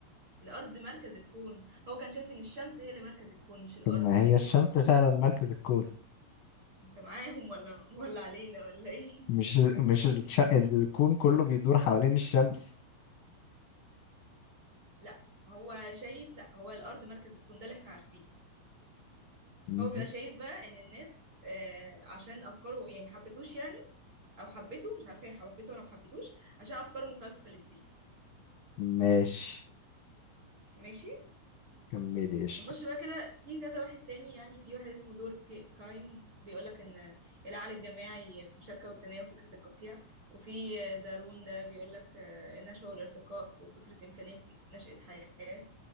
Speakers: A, on the right; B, on the left.
A: الارض مركز الكون هو كان شايف ان الشمس هي اللي مركز الكون مش الارض
B: طب ما هي الشمس فعلا مركز الكون
A: انت معاهم ولا ولا علينا ولا ايه
B: مش مش الش... الكون كله بيدور حوالين الشمس
A: لا هو شايف لا هو الارض مركز الكون ده اللي احنا عارفينه
B: م-
A: هو بيبقى شايف بقى ان الناس آه، عشان افكاره يعني ما حبتوش يعني او حبته مش عارفه هي حبته ولا ما حبتوش عشان افكاره مخالفه للدين
B: ماشي
A: ماشي
B: كملي قشطة
A: نخش بقى كده في كذا واحد تاني يعني في واحد اسمه دور كي- كايم بيقولك ان العقل الجماعي مشاركة وجدانية وفكرة القطيع وفي دارون ده بيقولك آه، النشوة والارتقاء وفكرة إمكانية نشأة حياة